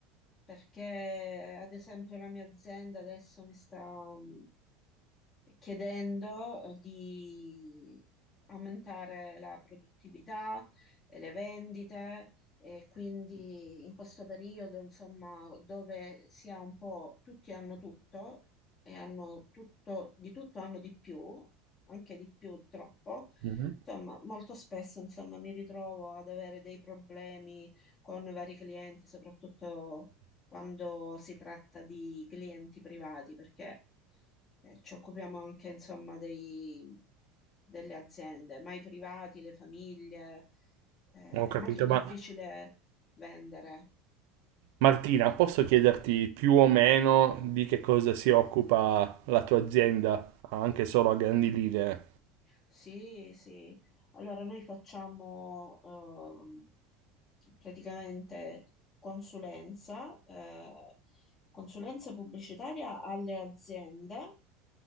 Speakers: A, on the left (about 25°); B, on the right (about 70°).
A: perché eh, ad esempio la mia azienda adesso mi sta mm, chiedendo eh, di aumentare la produttività, e le vendite. E quindi in questo periodo, insomma, dove si ha un po', tutti hanno tutto e hanno tutto, di tutto hanno di più, anche di più troppo.
B: Mhm.
A: Insomma, molto spesso, insomma, mi ritrovo ad avere dei problemi con vari clienti, soprattutto quando si tratta di clienti privati, perché eh, ci occupiamo anche, insomma, dei- delle aziende, ma i privati, le famiglie. eh,
B: Ho capito,
A: è molto difficile
B: ma
A: vendere.
B: Martina, posso chiederti più o meno di che cosa si occupa la tua azienda, anche solo a grandi linee?
A: Sì, sì. Allora, noi facciamo ehm, praticamente consulenza, eh, consulenza pubblicitaria alle aziende